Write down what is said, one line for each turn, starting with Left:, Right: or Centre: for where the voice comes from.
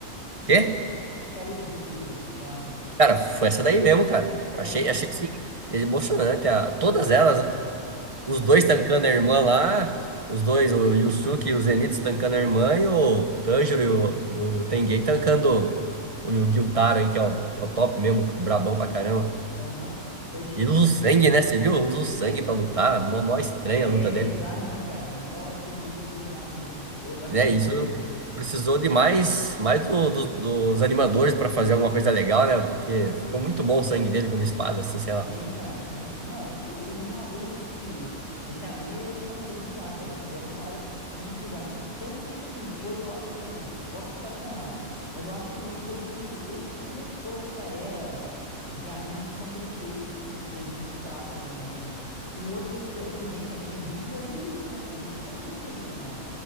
Right: Quê?
Left: A sua luta preferida do anime?
Right: Cara, foi essa daí mesmo, cara.
Left: Essa,
Right: Achei,
Left: né?
Right: achei assim, emocionante. a- todas
Left: Pô, essa
Right: elas,
Left: é muito foda. Essa
Right: Os dois
Left: é muito
Right: tancando
Left: foda.
Right: a irmã lá, os dois, o Yusuke e o Zenitsu tancando a irmã e o Tanjiro e o, e o Tenguei tancando o, o Gyutaro aí, que é o, que é o top mesmo, brabão pra caramba.
Left: Aham, Foi chique
Right: E usa
Left: mesmo,
Right: o sangue,
Left: cara.
Right: né? Você viu? Usa o sangue pra lutar, mó, mó estranha
Left: É
Right: a luta
Left: bizarro,
Right: dele.
Left: né, cara? Mó estilo de luta bizarro mesmo. Eu achei
Right: Né?
Left: muito
Right: Isso
Left: doido também.
Right: precisou de mais, mais do- do- dos animadores pra fazer alguma coisa legal, né? Porque ficou muito bom o sangue dele como espada, assim, sei lá.
Left: Sim, cara, sim. Não, o- os animadores desse, desse anime, eles são uma coisa bizarra, cara. Eles fizeram uma parada muito bizarra. Tanto que, tipo assim, foi, eu a- assim, posso estar enganado, mas eu acho que meio que foi Demon Slayer que começou essa era de animes tão bem feitos, assim, nesse quesito do traço, né, do anime. Um outro t- que vem também junto é Jujutsu, né, cara? Jujutsu é muito bem animado.